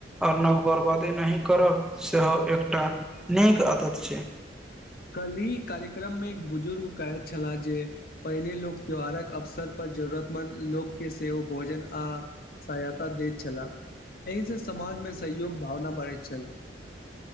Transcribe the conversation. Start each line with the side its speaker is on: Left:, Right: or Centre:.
Centre: आर नव बर्बादी नहि करब सेहो एकटा नीक आदत छै
Left: कली कार्यक्रम मे एक बुजुर्ग कहैत छलाह जे पहिने लोक त्यौहारक अवसर पर जरूरतमन्द लोकके सेहो ओ भोजन आ साय ता दैत छलाह एहि से समाज मे सहयोग भावना बढ़ैत छल